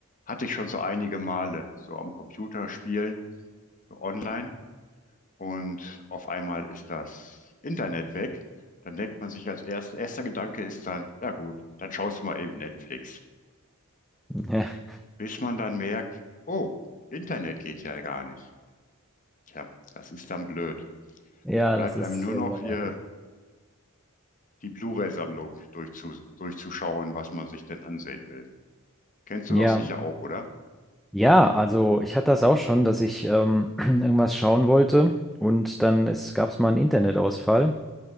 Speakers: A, on the left; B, in the centre.
A: Hatte ich schon so einige Male, so am Computer spielen, so online. und auf einmal ist das Internet weg. Dann denkt man sich als erst, erster Gedanke ist dann, ja gut, dann schaust du mal eben Netflix.
B: <laughs>
A: Bis man dann merkt, oh, Internet geht ja gar nicht. Tja, das ist dann blöd.
B: Ja,
A: Dann bleibt
B: das ist
A: einem nur
B: sehr,
A: noch
B: sehr
A: hier
B: nervig.
A: die Blu-ray-Sammlung durchzu, durchzuschauen, was man sich denn ansehen will. Kennst du
B: Ja,
A: doch sicher auch, oder?
B: Ja, also ich hatte das auch schon, dass ich ähm, <clears throat> irgendwas schauen wollte und dann es gab es mal einen Internetausfall